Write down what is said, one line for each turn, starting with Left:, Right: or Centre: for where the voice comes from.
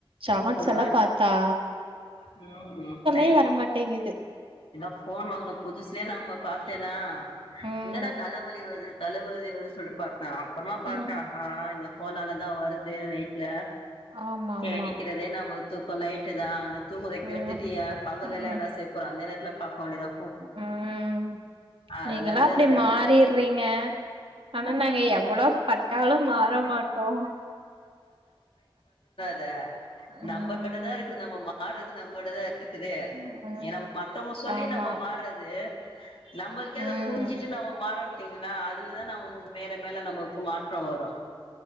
Right: சாட்ஸ்
Left: ஒரு
Right: எல்லா
Left: வாட்
Right: பாத்தா
Left: ம் ம் நைட்
Right: கோ வரமாட்டேங்கிது
Left: இந்த ஃபோன் வாங்ன புதுசே நம்ப பாத்தேனா
Right: ம்
Left: என்னடா தலவலி வர்து தலவலி வர்து சொல்ட்டு பாத்தா அப்றமா பாத்தா
Right: ம்
Left: ஆ இந்த ஃபோனாலதா வரு து நைட்ல
Right: ஆமா ஆமா
Left: கெடைக்கிறதே நம்மள்க் தூக்கோ நைட்டு தா அந்த தூக்கத்த கெடுத்துட்டு
Right: ம்
Left: ஏ பகலுலெல்லா
Right: ம்
Left: செ ப்றோ அந்த நேரத்துல பாக்க வேண்டிதா
Right: ம்
Left: அதுல
Right: நீங்கல்லா
Left: இருந்து
Right: அப்டே மாறிர்றீங்க ஆனா நாங்க எவ்ளோ பட்டாலு மாற மாட்டோ
Left: த நம்பகிட்ட
Right: ம்
Left: தா இருக்குது நம்ம மாறர்து நம்மட்ட தா இருக்குது
Right: ம்
Left: ஏனா மத் மத்தவங்க சொல்லி
Right: ஆமா
Left: நம்ம மாறது நம்மள்க்கே அத
Right: ம்
Left: புரிஞ்சிட்டு நம்ம மார்றோ பாத்தீங்களா அதுலதா நம்ம மேல மேல நமக் கு மாற்றம் வரு